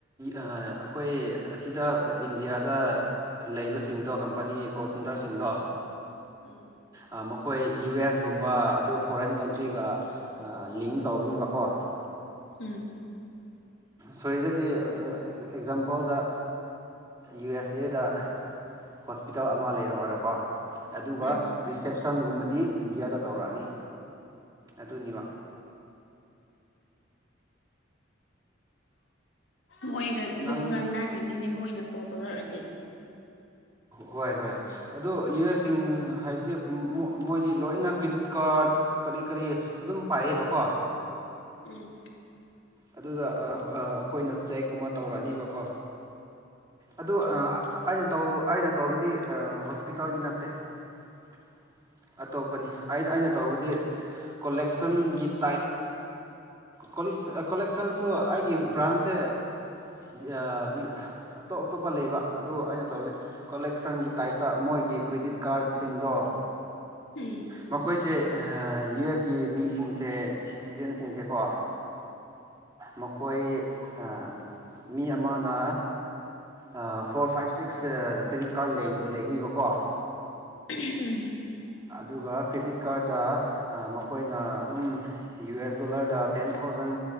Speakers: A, on the right (about 20°); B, on the left (about 75°).
A: ꯑꯥ ꯑꯈꯣꯏ ꯑꯁꯤꯗ ꯏꯟꯗꯤꯌꯥꯗ ꯂꯩ ꯂꯩꯕꯁꯤꯡꯗꯣ ꯀꯝꯄꯅꯤꯒꯤ ꯀꯣꯜ ꯁꯦꯟꯇꯔꯁꯤꯡꯗꯣ
B: ꯎꯝ
A: ꯑꯥ ꯃꯈꯣꯏ ꯌꯨ ꯑꯦꯁꯒꯨꯝꯕ ꯑꯗꯨ ꯐꯣꯔꯦꯟ ꯀꯟꯇ꯭ꯔꯤꯒ ꯂꯤꯡ ꯇꯧꯒꯅꯤꯕꯀꯣ
B: ꯎꯝ
A: ꯁꯣꯏꯗꯗꯤ ꯑꯦꯛꯖꯥꯝꯄꯜꯗ ꯌꯨ ꯑꯦꯁ ꯑꯦꯗ ꯍꯣꯁꯄꯤꯇꯜ ꯑꯃ ꯂꯩꯔꯣ ꯍꯥꯏꯔꯣꯀꯣ ꯑꯗꯨꯒ
B: ꯎꯝ
A: ꯔꯤꯁꯦꯞꯁꯟꯒꯨꯝꯕꯗꯤ ꯏꯟꯗꯤꯌꯥꯗ ꯇꯧꯔꯛꯑꯅꯤ ꯑꯗꯨꯅꯦꯕ
B: ꯃꯣꯏꯒ ꯑꯗꯨꯝ
A: ꯅꯪ
B: ꯉꯥꯡꯅꯗꯣꯏꯅꯤꯅꯦ ꯃꯣꯏꯅ ꯀꯣꯜ ꯇꯧꯔꯛꯔꯗꯤ
A: ꯍꯣꯏ ꯍꯣꯏ ꯑꯣ ꯌꯨ ꯑꯦꯁꯁꯤꯡ ꯍꯥꯏꯕꯗꯤ ꯃꯣꯏꯗꯤ ꯂꯣꯏꯅ ꯀ꯭ꯔꯦꯗꯤꯠ ꯀꯥꯔꯠ ꯀꯔꯤ ꯀꯔꯤ ꯑꯗꯨꯝ ꯄꯥꯏꯌꯦꯕꯀꯣ
B: ꯎꯝ
A: ꯑꯗꯨꯗ ꯑꯈꯣꯏꯅ ꯆꯦꯛꯒꯨꯝꯕ ꯇꯧꯔꯛꯑꯅꯤꯕꯀꯣ ꯑꯗꯨ ꯑꯩꯅ ꯇꯧ ꯑꯩꯅ ꯇꯧꯕꯗꯤ ꯍꯣꯁꯄꯤꯇꯜꯒꯤ ꯅꯠꯇꯦ <inaudible> ꯑꯇꯣꯞꯄꯅꯤ ꯑꯩꯅ ꯇꯧꯕꯗꯤ ꯀꯣꯂꯦꯛꯁꯟꯒꯤ ꯇꯏꯞ ꯀꯣꯂꯤꯁ ꯀꯣꯂꯦꯛꯁꯟꯁꯨ ꯑꯩꯒꯤ ꯕ꯭ꯔꯟꯁꯦ ꯗꯤ ꯑꯥ ꯗꯤ ꯑꯇꯣꯞ ꯑꯇꯣꯞꯄ ꯂꯩꯕ ꯑꯗꯨ ꯑꯩꯅ ꯇꯧꯕꯗꯤ ꯀꯣꯂꯦꯛꯁꯟꯒꯤ ꯇꯥꯏꯞꯇ ꯃꯣꯏ ꯑꯈꯣꯏꯒꯤ ꯀ꯭ꯔꯦꯗꯤꯠ ꯀꯥꯔꯠꯁꯤꯡꯗꯣ
B: ꯎꯝ
A: ꯃꯈꯣꯏꯁꯦ ꯌꯨ ꯑꯦꯁꯒꯤ ꯃꯤꯁꯤꯡꯁꯦ ꯁꯤꯇꯤꯖꯦꯟꯁꯤꯡꯁꯦꯀꯣ ꯃꯈꯣꯏ ꯑꯥ ꯃꯤ ꯑꯃꯅ ꯑꯥ ꯐꯣꯔ ꯐꯏꯚ ꯁꯤꯛꯁ ꯑꯥ ꯀ꯭ꯔꯦꯗꯤꯠ ꯀꯥꯔꯠ ꯂꯩ ꯂꯩꯅꯤꯕꯀꯣ
B: ꯑꯍꯝ ꯎꯝ
A: ꯑꯗꯨꯒ ꯀ꯭ꯔꯤꯗꯤꯠ ꯀꯥꯔꯠꯇ ꯃꯈꯣꯏꯅ ꯑꯗꯨꯝ ꯌꯨ ꯑꯦꯁ ꯗꯣꯂꯔꯗ ꯇꯦꯟ ꯊꯥꯎ ꯖꯟ